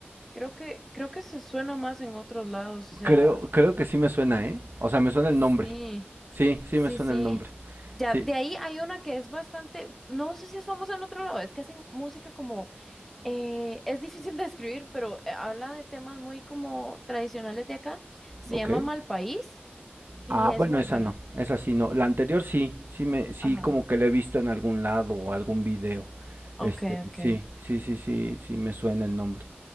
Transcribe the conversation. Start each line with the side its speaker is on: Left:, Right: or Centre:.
Centre: creo que, creo que se suena más en otros lados, o sea,
Right: Creo, creo que sí me suena, ¿eh? O sea, me suena
Centre: sí.
Right: el nombre. Sí, sí
Centre: Sí,
Right: me suena
Centre: sí.
Right: el nombre.
Centre: Ya,
Right: Sí,
Centre: de ahí hay una que es bastante, no sé si es famosa en otro lado, es que hacen música como, eh, es difícil <laughs> de escribir, pero eh, habla de temas muy como tradicionales de acá. Se
Right: ok.
Centre: llama Mal País y
Right: Ah,
Centre: es
Right: bueno,
Centre: muy
Right: esa
Centre: buena.
Right: no, esa sí no. La anterior sí, sí me, sí
Centre: Ajá.
Right: como que la he visto en algún lado o algún video.
Centre: Ok,
Right: Este,
Centre: ok.
Right: sí, sí, sí, sí, sí me suena el nombre.